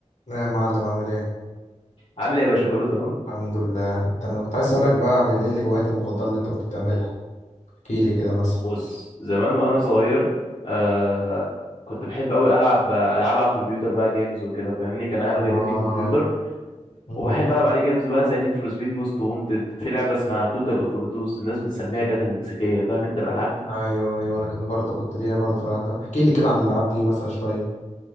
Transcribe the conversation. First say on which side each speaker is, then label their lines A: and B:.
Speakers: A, on the left; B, on the left.
A: لا يا معلم عامل ايه
B: عامل ايه يا باشا كله تمام
A: الحمد لله انت كنت عايز اسالك بقى عن ايه الهوايات المفضله اللي انت كنت بتعملها احكي لي كده مثلا
B: بص زمان وانا صغير آه كنت بحب قوي العب العاب على الكمبيوتر بقى جيمز وكده فاهمني كان اهلي
A: اه
B: جايبين لي كمبيوتر
A: امم
B: وبحب العب عليه جيمز بقى زي نيد فور سبيد موست وونتد في لعبه اسمها توتال اوفر دوز الناس بتسميها جاتا المكسيكيه فاهم انت الالعاب دي
A: ايوه ايوه انا كان برضه كنت ليا برضه في الالعاب ده احكي لي كده عن الالعاب دي مثلا شويه